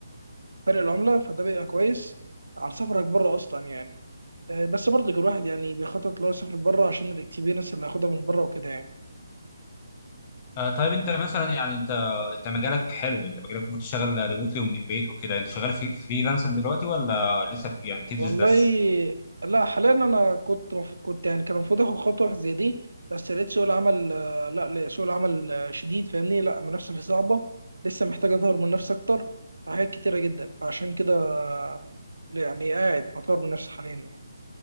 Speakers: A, on the right; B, on the left.
A: بفرق العمله فده بيبقى كويس عن سفرك بره اصلا يعني آه، بس برضه الواحد يعني بيخطط لو يسافر بره عشان الاكسبيرينس اللي هياخدها من بره وكده يعني
B: آه طيب انت مثلا يعني انت انت مجالك حلو انت مجالك ممكن تشتغل ريموتلي ومن البيت وكده انت شغال في فريلانسر دلوقتي ولا لسه بت- يعني بتدرس
A: والله
B: بس
A: لا حاليا انا كنت مف... كنت يعني كان المفروض اخد خطوه زي دي بس لقيت سوق العمل آه، لا لا، سوق العمل آه، شديد فاهمني لا المنافسه فيه صعبه لسه محتاج اطور من نفسي اكتر في حاجات كتيره جدا فعشان كده آه، يعني قاعد بطور من نفسي حاليا يعني